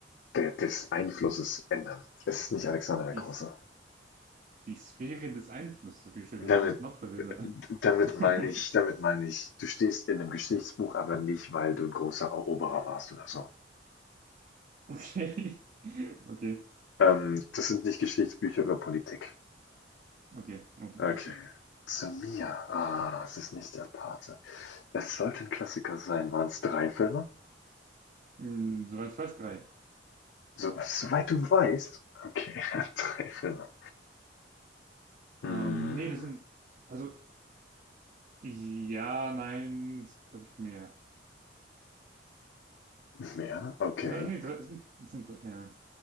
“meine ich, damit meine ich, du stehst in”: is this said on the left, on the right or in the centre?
Left